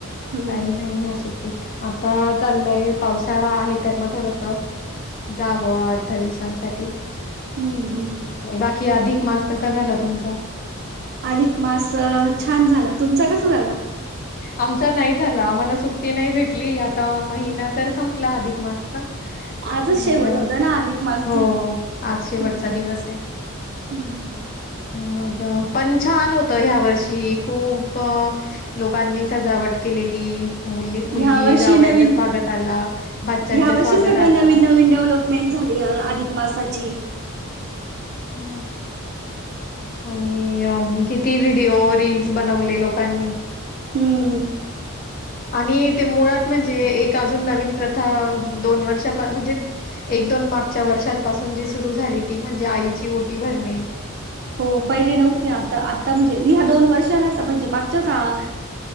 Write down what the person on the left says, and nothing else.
काही नाही या सुट्टीत. आता चाललंय पावसाळा आहे तर म थोडस जावं आठ दहा दिवसांच- साठी-
बाकी अधिक मास कसा झाला? तुमचा?
आमचा नाही झाला. आम्हाला सुट्टी नाही भेटली, आता महिना तर संपला अधिक मासचा.
मग अ,
हो, आज शेवटचा
दिवस आहे.
मग- पण छान होत ह्या वर्षी खूप- लोकांनी सजावट केलेली, मु मुलगी
जावयाच्या
स्वागताला, भाच्याच्या
स्वागताला.
ह. आणि- कि- ती व्हिडिओ रीलस बनवले लोकांनी
आणि ते मुळात म्हणजे एक अजून नवीन प्रथा दोन वर्षा म्हणजे एक दोन मागच्या वर्षांपासून जी सुरू झाली. म्हणजे आईची ओटी भर णे